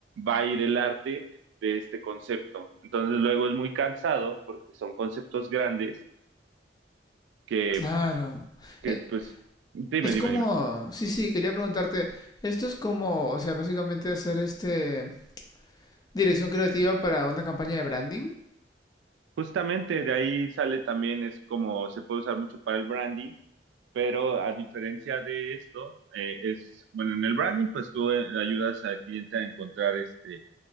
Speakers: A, on the right (about 80°); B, on the left (about 20°).
A: va a ir el arte de este concepto. Entonces luego es muy cansado porque son conceptos grandes que,
B: Claro.
A: que
B: Eh,
A: pues, dime,
B: Es
A: dime,
B: como,
A: dime.
B: sí, sí, quería preguntarte, esto es como, o sea, básicamente hacer este dirección creativa para una campaña de branding.
A: Justamente de ahí sale también, es como se puede usar mucho para el branding, pero a diferencia de esto, eh, es, bueno, en el branding, pues tú eh, ayudas al cliente a encontrar este,